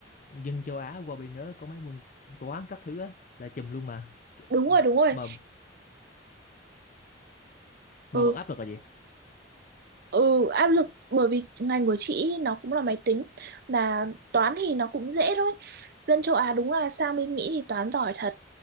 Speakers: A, on the left; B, on the right.
A: dân châu Á qua bên đó có mấy môn toán các thứ á là chùm luôn mà Kiểu-
B: Đúng
A: mà
B: rồi, đúng rồi.
A: mà, mà
B: Ừ,
A: vẫn áp lực là gì?
B: ừ, áp lực bởi vì ngành của chị nó cũng là máy tính mà toán thì nó cũng dễ thôi. Dân châu Á đúng là sang bên Mỹ thì toán giỏi thật.